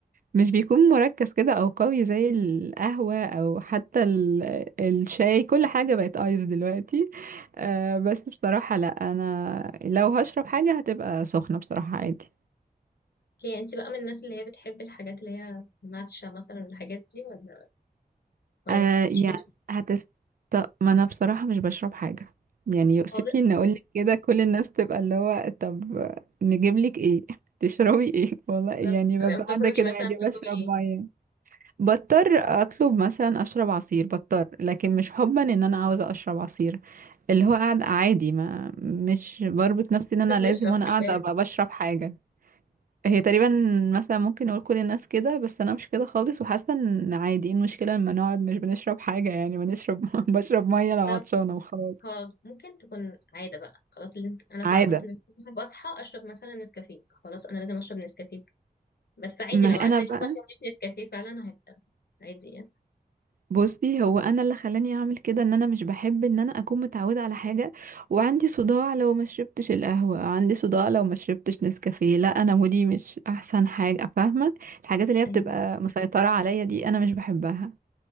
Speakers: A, on the right (about 60°); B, on the left (about 85°).
A: مش بيكون مركز كده او قوي زي القهوة او حتى ال- الشاي كل حاجة بقت ايس دلوقتي آه بس بصراحة لا انا لو هشرب حاجة هتبقى سخنة بصراحة عادي
B: اوكي انت بقى من الناس اللي هي بتحب الحاجات اللي هي ماتشا مثلا والحاجات دي ولا ولا
A: آه
B: ما بتشربي
A: يعني
B: إيه
A: هتست ما انا بصراحة مش بشرب حاجة يعني يؤسفني
B: خالص
A: ان اقولك كده كل الناس تبقى اللي هو طب نجيب لك ايه تشربي ايه <laughs> والله يعني
B: بالظبط. لو
A: ببقى
B: لما بتخرجي
A: قاعدة كده
B: مثلا
A: عادي
B: بتطلبي
A: بشرب
B: ايه
A: مية بضطر اطلب مثلا اشرب عصير بضطر لكن مش حبا ان انا عاوزة اشرب عصير اللي هو قاعد عادي ما مش بربط نفسي ان انا
B: لازم
A: لازم
B: نشرب
A: وانا قاعده
B: حاجه يعني.
A: ابقى بشرب حاجه هي تقريبا مثلا ممكن اقول كل الناس كده بس انا مش كده خالص وحاسه ان عادي إيه المشكله لما نقعد مش بنشرب حاجه يعني بنشرب <laughs> بشرب ميه لو
B: بالظبط
A: عطشانه وخلاص
B: خالص. ممكن تكون عادة بقى خلاص اللي انت- انا اتعودت
A: عاده
B: ان أنا بصحى اشرب مثلا نسكافيه خلاص انا لازم اشرب نسكافيه بس عادي
A: ما
B: لو
A: انا
B: عدى
A: بقى
B: اليوم عشان مفيش نسكافيه فعلا هيبقى عادي يعني
A: بصي هو انا اللي خلاني اعمل كده ان انا مش بحب ان انا اكون متعوده على حاجه وعندي صداع لو ما شربتش القهوه عندي صداع لو ما شربتش نسكافيه لا انا مودي مش احسن حاجه فاهمه الحاجات اللي هي
B: ايوه
A: بتبقى مسيطره عليا دي انا مش بحبها